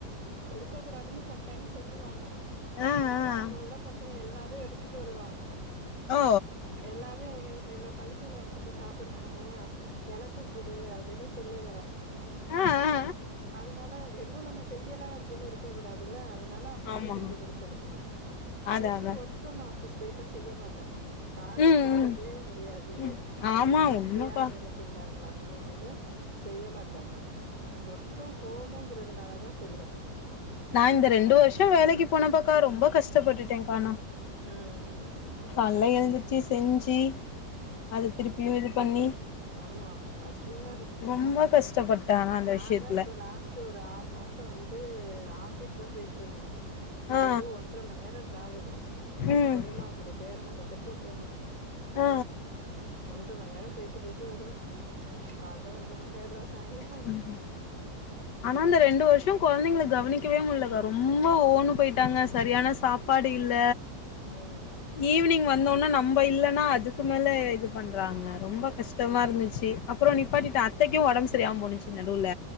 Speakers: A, on the right (about 20°); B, on the left (about 80°).
A: குடுக்க கூடாதுன்னு சம்டைம்ஸ் சொல்லுவாங்க
B: ஆ ஆ
A: ஆனா அங்க உள்ள பசங்க எல்லாரு எடுத் துட்டு வருவாங்க
B: ஓ
A: எல்லாரு எங் என்ன பளிப்பு காம்ச்சிட்டு சாப்பறாங்க எனக்கும் குடு அப்டின்னு சொல்லுங்க
B: ஆ ஆ
A: அதனால எதுவு நம்ம செய்யல அப்டின்னு இருக்க கூடாது தில்ல அதனால அப்பப்ப
B: ஆமா
A: செஞ்சு குடுத்து அனுப்புவே
B: அதா
A: மோஸ்ட்லி
B: அதா
A: ஒர் க் ஃப்ரம் ஆஃபீஸ் போயிட்டா செய்ய மாட்ட கால்ல
B: ம்
A: செய்யறதே
B: ம்
A: முடியாது இதுல
B: ம் ஆமா
A: மதியானம்
B: உண்மப்பா
A: வேற செய்யறாங்களாக்கோ அப்டின்னு செய்ய மாட்ட ஒர்க் ஃப்ரம் ஹோம்ங்கிறதுனால தா செய்ற
B: நா இந்த ரெண்டு வருஷோ வேலைக்கு போனப்பக்கா ரொம்ப கஷ்டப்பட்டுட்டேக்கா னா
A: ம்
B: கால்ல எழ்ந்திரிச்சி செஞ்சி அத திருப்பியு இது பண்ணி
A: ஆமா கஷ்டமாதா இருக்கு
B: ரொம்ப கஷ்டப்பட்ட ஆனா அந்த
A: நான்லா
B: விஷயத்துல
A: இப்போ லாஸ்ட்டு ஒரு ஆறு மாசோ வந்து ஆஃபிஸ் தா போய்ட்டு இருந்த இங்க
B: ஆ
A: இருந்து ஒன்ர மண் நேரோ ட்ராவலு
B: ம்
A: கொல்லுமாங்குடி பேரணபக் க்கத்துல போனு
B: அ
A: ஒன்ற மண் நேரோ போய்ட்டு போய்ட்டு வருவ கால்ல ஒன்ற மண் நேரோ சாய்ங்கா
B: ம் ஆனா அந்த ரெண்டு வருஷோ கொழந்தைங்கள கவனிக்கவே முடியலக்கா ரொம்ப ஓன்னு போயிட்டாங்க சரியான சாப் பாடு இல்ல
A: ம்
B: ஈவினிங் வந்தோனா நம்ம இல்லன்னா அதுக்கு மேல இது பண்றாங்க ரொம்ப கஷ்டமா இருந்துச்சு அப்பறோ நிப்பாட்டிட்ட
A: ம்
B: அத்தைக்கு ஒடம்பு சரியாம போனுச்சு நடுவுல